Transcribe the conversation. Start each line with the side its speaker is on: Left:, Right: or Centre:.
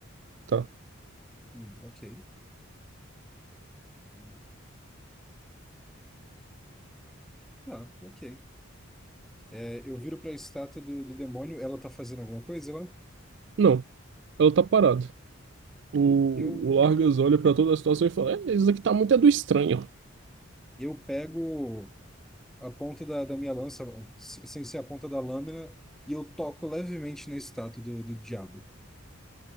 Right: tá?
Centre: "Hum, ok. Hum, Tá, ok. É, eu viro para a estátua do, do demônio, ela tá fazendo alguma coisa lá?
Right: Não, ela tá parada. O,
Centre: Eu,
Right: o Largas olha pra toda a situação e fala: é, isso aqui tá muito é do estranho.
Centre: eu pego. a ponta da, da minha lança, se- sem ser a ponta da lâmina, e eu toco levemente na estátua do, do diabo.